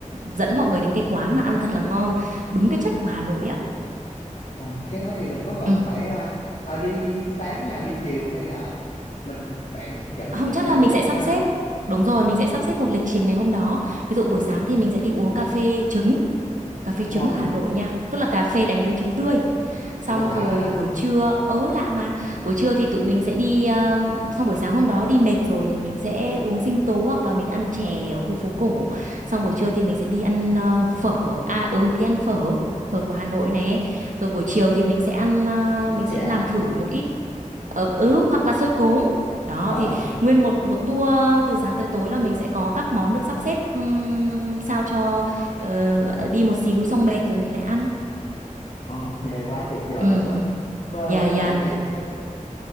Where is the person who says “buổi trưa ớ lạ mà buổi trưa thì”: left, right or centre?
Right